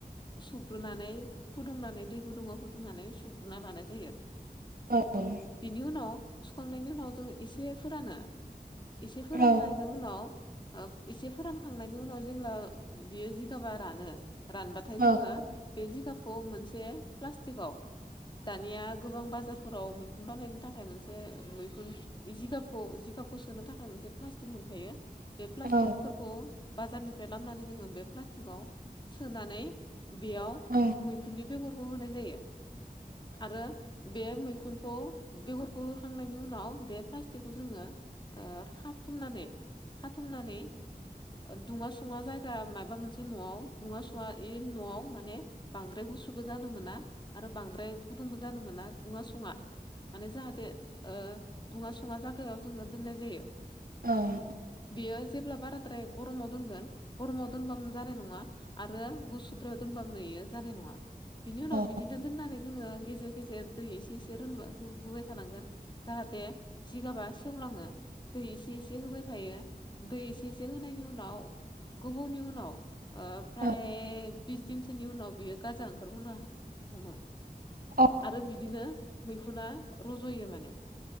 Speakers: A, on the left (about 30°); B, on the right (about 70°).
A: सुग्रोनानै फुदुंनानै दै गुदुंङाव फुदुंनानै सुग्रोना लानाय जायो।
B: औ <unintelligible>
A: बिनि उनाव सुखांनायनि उनाव जोंङो एसे फोरानो एसे फोराननायनि
B: औ
A: उनाव ओ एसे फोरान थांनायनि उनाव जेब्ला बियो जिगाबा रानो रानबाथाय
B: औ
A: जोंङो बे जिगाबखौ मोनसे प्लास्टिकआव दानिया गोबां बाजारफोराव मैखुन बानायनो थाखाय मोनसे मैखुन जिगाबखौ जिगाबखौ सोनो थाखाय मोनसे प्लास्टिक मोनखायो बे प्लास्टिकफोरखौ
B: औ
A: बाजारनिफ्राय लामनानै जोङो बे प्लास्टिकआव सोनानै बेयाव
B: औ
A: मैखुननि बेगरखौ होनाय जायो। आरो बे मैखुनखौ बेगरखौ होखांनायनि उनाव बे प्लास्टिकखौ जोंङो खाथुमनानै खाथुमनानै दुङा सुङा जायगा माबा मोनसे न'आव दुंङा सुंङा ए न'आव माने बांद्राय गुसुबो जानो मोना आरो बांद्राय गुदुंबो जादों मोना दुंङा सुंङा माने जाहाथे ओ दुङा सुंङा जागायाव जोंङो दोननाय जायो।
B: ओं।
A: बियो जेब्ला बाराद्राय गरमाव दोनगोन गरमाव दोनबानो जानाय नंङा आरो गुसुद्रायाव दोनबाबो एयो जानाय नंङा बिनि उनाव बिदिनो
B: औ
A: दोननानै जोंङो गेजेर गेजेर दै एसे एसे होबाय थानांगोन जाहाथे जिगाबा सेवलांङो दै एसे एसे होबाय थायो दै एसे एसे होनायनि उनाव गोबावनि उनाव ओफ्राय
B: बिदिनो अ अ
A: बिस दिनसोनि उनाव बियो गाजा ओंखारबोनो हा
B: औ औ
A: आरो बिदिनो मैखुना रज'यो माने